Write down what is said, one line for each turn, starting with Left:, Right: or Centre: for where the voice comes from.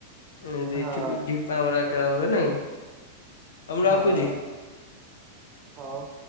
Left: ଏ
Right: ହଁ
Left: ଢିପାମରା ଖେଳ ହୁଏ ନାଇଁ? ଆଉ ମୁଁ
Right: ହଁ
Left: ରଖୁଛି।
Right: ହଉ।